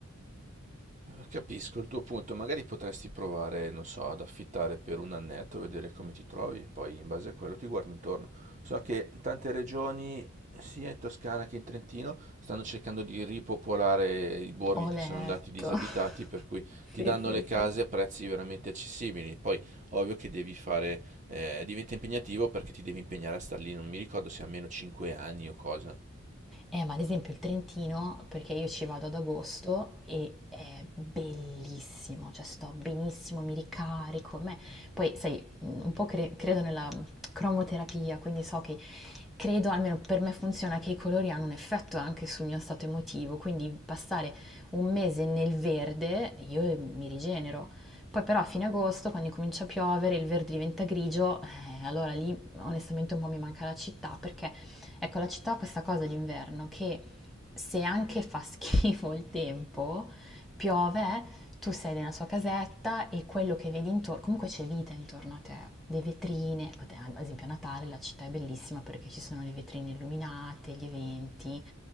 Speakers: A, on the right; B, in the centre.
A: Capisco il tuo punto, magari potresti provare, non so, ad affittare per un annetto, vedere come ti trovi, poi in base a quello ti guardi intorno. So che tante regioni, sia in Toscana che in Trentino, stanno cercando di ripopolare i borghi
B: Ho
A: che
B: letto.
A: sono andati disabitati,
B: <laughs>
A: per cui ti
B: Sì,
A: danno
B: sì,
A: le case
B: sì.
A: a prezzi veramente accessibili. Poi, ovvio che devi fare, eh, diventa impegnativo perché ti devi impegnare a star lì, non mi ricordo se a meno 5 anni o cosa.
B: Eh, ma ad esempio il Trentino, perché io ci vado ad agosto e è bellissimo, cioè sto benissimo, mi ricarico. a me- Poi, sai, un po' cre- credo nella cromoterapia, quindi so che credo, almeno per me funziona, che i colori hanno un effetto anche sul mio stato emotivo, quindi passare un mese nel verde io mi rigenero. Poi però a fine agosto, quando comincia a piovere, il verde diventa grigio, eh, allora lì onestamente un po' mi manca la città, perché ecco la città ha questa cosa d'inverno che se anche fa <laughs> schifo il tempo, piove, tu sei nella sua casetta e quello che vedi intorno, comunque c'è vita intorno a te, le vetrine, ecco, te- ad esempio a Natale la città è bellissima perché ci sono le vetrine illuminate, gli eventi.